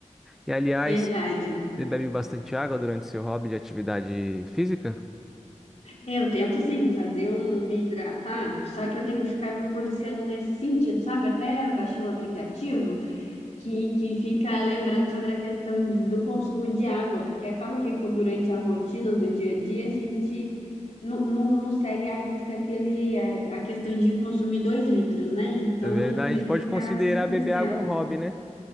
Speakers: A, in the centre; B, on the left.
A: E, aliás,
B: Verdade.
A: você bebe bastante água durante seu hobby de atividade física?
B: É, Eu tento, assim, fazer um me hidratar, só que eu tenho que ficar me policiando nesse sentido, sabe? Eu até baixei um aplicativo. que, que fica lembrando sobre a questão de- do consumo de água, porque acaba que co- durante a rotina do dia a dia a gente não, não, não segue à risca aquele, a, a questão de consumir dois litros, né? Então
A: É verdade,
B: tem
A: a gente pode
B: que ficar
A: considerar
B: se policiar.
A: beber água um hobby, né?